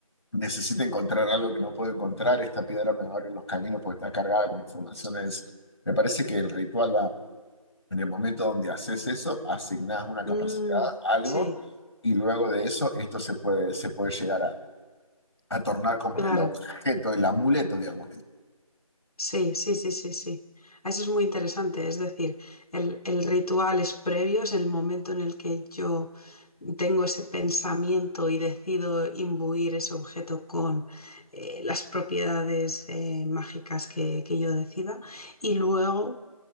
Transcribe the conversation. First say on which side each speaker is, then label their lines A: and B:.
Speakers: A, on the left; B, on the left.
A: necesite encontrar algo que no puedo encontrar. Esta piedra me va a abrir los caminos porque está cargada con informaciones. Me parece que el ritual va en el momento donde haces eso, asignás una capacidad,
B: Mm,
A: algo,
B: sí,
A: y luego de eso esto se puede, se puede llegar a, a tornar como
B: claro.
A: en el objeto, el amuleto, digamos.
B: Sí, sí, sí, sí, sí. Eso es muy interesante. Es decir, el, el ritual es previo, es el momento en el que yo tengo ese pensamiento y decido imbuir ese objeto con eh, las propiedades eh, mágicas que, que yo decida. Y luego